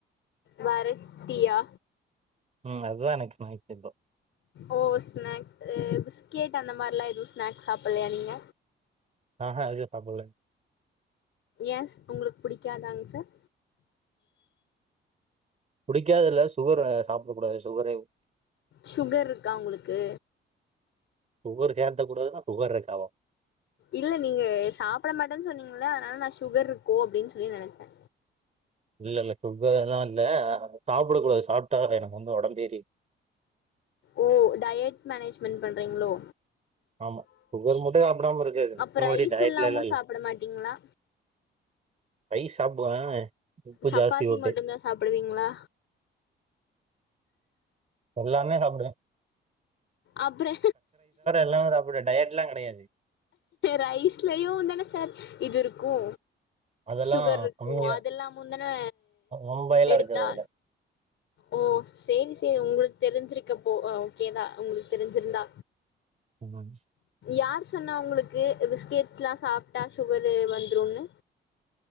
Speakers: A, on the left; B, on the right.
A: வரட்டீயா
B: உம் அதுதா எனக்கு ஸ்நாக்ஸ்சிந்தோ
A: ஓ ஸ்நாக்ஸ் ஏ பிஸ்கெட் அந்த மாரில்லா எதுவு ஸ்நாக்ஸ் சாப்பிடலையா நீங்க
B: ஆஹ ஏதோ சாப்பட்ல
A: ஏன் உங்களுக்கு புடிக்காதுங்களா சார்
B: புடிக்காது இல்ல சுகர் அ சாப்டக் கூடாதே சுகரேகு
A: சுகர் இருக்கா உங்களுக்கு
B: சுகர் கேர்த்த கூடாதுன்னா சுகர் இருக்காவா
A: இல்ல நீங்க சாப்பிட மாட்டேன்னு சொன்னீங்கில்ல அதனால நா சுகர் இருக்கோ அப்டின்னு சொல்லி நெனச்சே
B: இல்ல இல்ல சுகர்ல்லா இல்ல அத சாப்பிடக் கூடாது சாப்ட்டா எனக்கு வந்து ஒடம்பேரிரு
A: ஓ டயட் மேனேஜ்மென்ட் பண்றீங்களோ
B: ஆமா சுகர் மட்டு சாப்பிடாம இருக்கறது மித்தபடி
A: அப்ப ரைஸ்
B: டயட்ல
A: எல்லாமு
B: எல்லா இல்லிங்க
A: சாப்ட மாட்டீங்களா
B: ரைஸ் சாப்டுவே உப்பு
A: சப்பாத்தி
B: ஜாஸ்தி போட்டு
A: மட்டுந்தா சாப்டுவீங்களா
B: எல்லாமே சாப்பிடுவே
A: அப்புற
B: எல்லாமே சாப்பிடுவேன் டயட்லாம் கிடையாது
A: ரைஸ்லயு உந் தானே சார் இது இருக்கு கு
B: அதெல்லாம்
A: சுகர் இருக்கு
B: கம்மிதான்
A: அதெல்லாமுந் தனே
B: ரொம்ப எல்லாம்
A: எடுத்தா
B: இருக்காது அதுல
A: ஓ சேரி சேரி உங்களுக்கு தெரிஞ்சிருக்கப்போ ஆ ஓகேதா உங்களுக்கு தெரிஞ்சிருந்தா
B: உங்கன்ஸ்
A: யார் சொன்னா உங்களுக்கு பிஸ்கெட்ஸ் எல்லா சாப்ட்டா சுகரு வந்துருன்னு